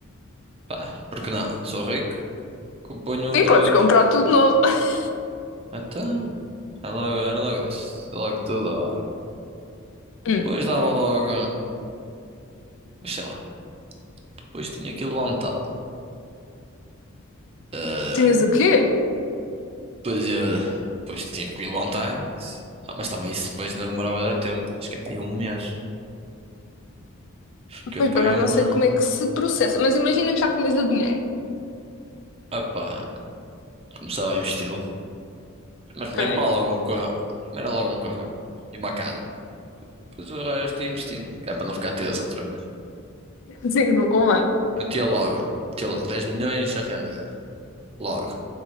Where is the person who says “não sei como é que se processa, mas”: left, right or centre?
Left